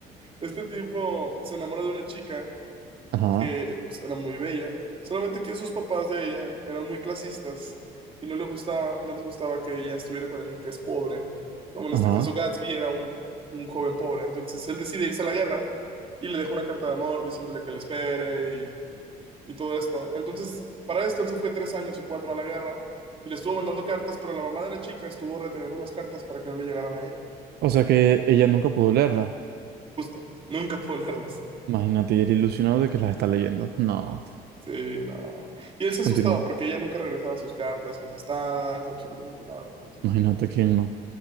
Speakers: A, on the right; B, on the right.
A: este tipo se enamora de una chica
B: Ajá,
A: que pues era muy bella, solamente que sus papás de ella eran muy clasistas y no le gustaba, no les gustaba que ella estuviera con alguien que es pobre, como en
B: ajá.
A: este caso Gatsby era un, un joven pobre, entonces él decide irse a la guerra y le deja una carta de amor diciéndole que la espere y y todo esto. Entonces, para esto él se fue tres años o cuatro a la guerra y le estuvo mandando cartas, pero la mamá de la chica estuvo reteniendo las cartas para que no le llegaran a ella.
B: O sea que ella nunca pudo leerla.
A: Justo, nunca pudo leerlas.
B: Imagínate, y era ilusionado de que las está leyendo. No,
A: Sí, no. Y él se asustaba
B: continúa.
A: porque ella nunca regresaba sus cartas contestadas, absolutamente nada. Entonces,
B: Imagínate quién no.